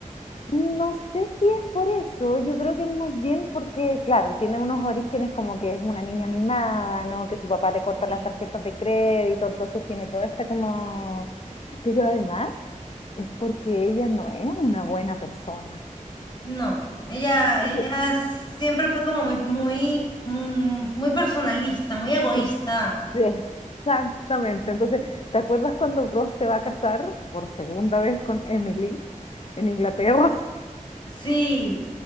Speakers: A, on the left (about 50°); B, on the left (about 30°).
A: No sé si es por eso, yo creo que es más bien porque, claro, tiene unos orígenes como que es una niña mimada, ¿no? Que su papá
B: Sí.
A: le corta las tarjetas de crédito, entonces tiene toda esta como... Pero además es porque ella no es una buena persona.
B: No, ella,
A: Entonces,
B: ella siempre fue como muy, muy, mm, muy personalista, muy egoísta.
A: es- exactamente. Entonces, ¿te acuerdas cuando Ross se va a casar por segunda vez con Emily en Inglaterra? <laughs>
B: Sí,